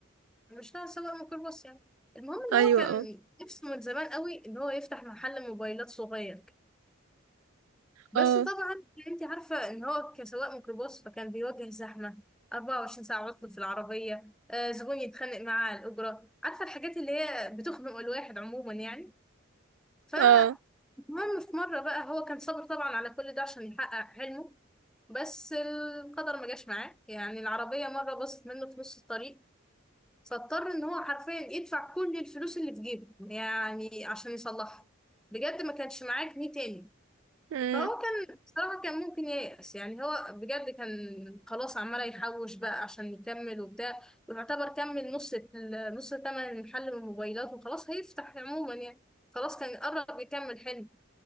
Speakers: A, in the centre; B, on the right.
A: مش نوع سواق ميكروباص يعني المهم ان
B: ايوه
A: هو كان
B: اه
A: نفسه من زمان قوي ان هو يفتح محل موبايلات صغير بس
B: اه
A: طبعا انت عارفة ان هو كسواق ميكروباص فكان بيواجه زحمة 24 ساعة عطل في العربية آه، زبون يتخانق معاه على الأجرة عارفة الحاجات اللي هي بتخنق الواحد عموما يعني ف
B: اه
A: المهم في مرة بقى هو كان صابر طبعا على كل ده عشان يحقق حلمه بس القدر ما جاش معاه يعني العربية مرة باظت منه في نص الطريق فاضطر ان هو حرفيا يدفع كل الفلوس اللي في جيبه يعني عشان يصلحها بجد ما كانش معاه جنيه تاني
B: امم
A: فهو كان بصراحة كان ممكن ييأس يعني هو بجد كان خلاص عمال يحوش بقى عشان يكمل وبتاع ويعتبر كمل نص ال- نص تمن المحل من الموبايلات وخلاص هيفتح عموما يعني خلاص كان قرب يكمل حلم